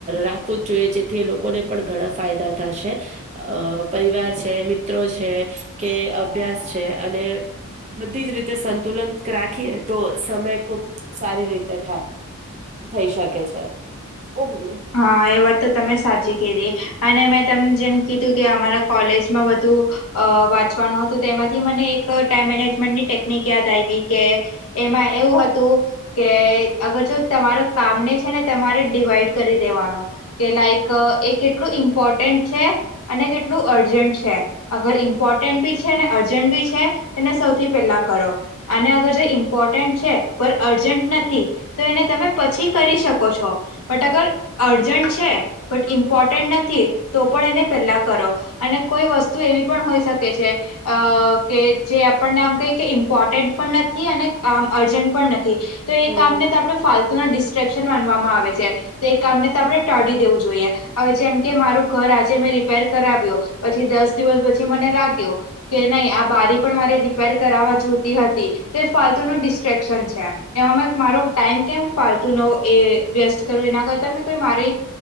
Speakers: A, on the right; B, on the left.
A: રાખવું જ જોઈએ જેથી એ લોકોને પણ ઘણા ફાયદા થશે અ પરિવાર છે, મિત્રો છે, કે અભ્યાસ છે, અને બધી જ રીતે સંતુલન રાખીએ તો સમય ખુબ સારી રીતે થા થઈ શકે છે. ઓ મમ્મી
B: હા એ વાત તો તમે સાચી કીધી અને મેં તમ જેમ કીધું કે અમારા કોલેજમાં વધું અ વાંચવાનું હતું તેમાંથી મને એ ક ટાઈમ મેનેજમેન્ટ ની ટેકનીક યાદ આયવી કે એમાં એવું હતું કે અગર જો તમારો કામને છે, ને તમારે ડિવાઈડ કરી દેવાનો કે લાઈક અ એ કેટલું ઇમ્પોર્ટન્ટ છે, અને કેટલું અર્જન્ટ છે. અગર ઇમ્પોર્ટન્ટ બી છે, ને અર્જન્ટ બી છે, તેને સૌથી પહેલા કરો અને અગર જો ઇમ્પોર્ટન્ટ છે, પર અર્જન્ટ નથી, તો એને તમે પછી કરી શકો છો બટ અગર અર્જન્ટ છે, બટ ઇમ્પોર્ટન્ટ નથી તો પણ એને પેલા કરો અને કોઈ વસ તુ એવી પણ હોય શકે છે, અ કે જે આપણને આમ કંઈક ઇમ્પોર્ટન્ટ પણ નથી અને આ અર્જન્ટ પણ નથી તો એ
A: હમ
B: કામ
A: હમ.
B: ને આપણે ફાલ તુનો ડિસ્ટ્રેક્શન માનવામાં આવે છે. તે કામને તો આપણે ટાળી દેવું જોઈએ હવે જેમ કે મારું ઘર આજે મેં રિપેર કરાવ્યો પછી દ દસ દિવસ પછી મને લાગ્યો કે નહી આ બારી પણ મારે રિપેર કર જોતી હતી તે ફા ફાલતુ નુ ડિસ્ટ્રેક્શન છે એમાં મારો ટાઈમ કેમ ફાલતુનો એ વેસ્ટ કરું એના પર તમે કોઈ મારી